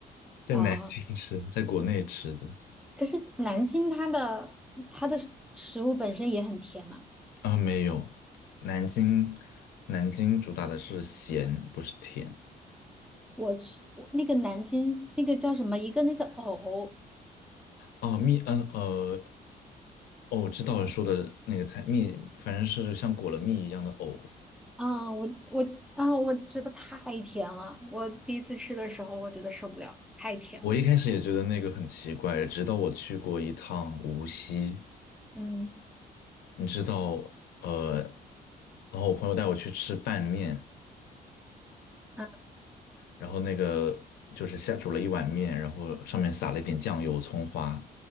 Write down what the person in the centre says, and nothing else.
啊，
可是南京它的它的食物本身也很甜呐、
我吃我那个南京那个叫什么一个那个藕。
啊，我我啊，我觉得太甜了。我第一次吃的时候，我觉得受不了，太甜了。
嗯
啊，